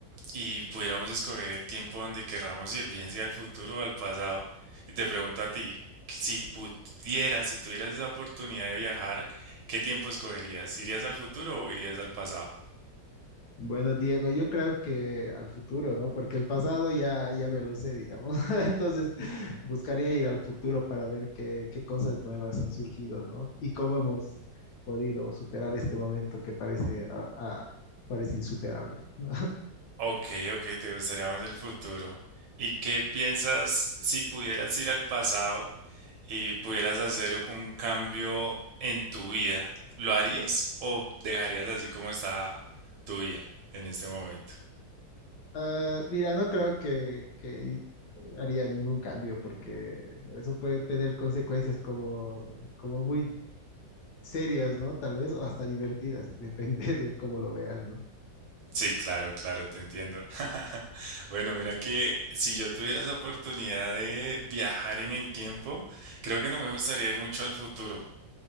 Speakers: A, on the right; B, on the left.
A: y pudiéramos escoger el tiempo donde querramos ir, bien sea al futuro o al pasado, y te pregunto a ti, si pudieras, si tuvieras esa oportunidad de viajar, ¿qué tiempo escogerías? ¿Irías al futuro o irías al pasado?
B: Bueno, Diego, yo creo que al futuro, ¿no? Porque el pasado ya, ya me lo sé, digamos. <laughs> Entonces, buscaría ir al futuro para ver qué, qué cosas nuevas han surgido, ¿no? Y cómo hemos podido superar este momento que parece, a- a- parece insuperable, ¿no? <laughs>
A: Ok, ok, te gustaría más el futuro. ¿Y qué piensas si pudieras ir al pasado y pudieras hacer un cambio en tu vida? ¿Lo harías o dejarías así como está tu vida en este momento?
B: Ah, mira, no creo que, que haría ningún cambio porque eso puede tener consecuencias como, como muy serias, ¿no? Tal vez, o hasta divertidas, <laughs> depende de cómo lo veas, ¿no?
A: Sí, claro, claro, te entiendo. <laughs> Bueno, mira que si yo tuviera esa oportunidad de viajar en el tiempo, creo que no me gustaría ir mucho al futuro,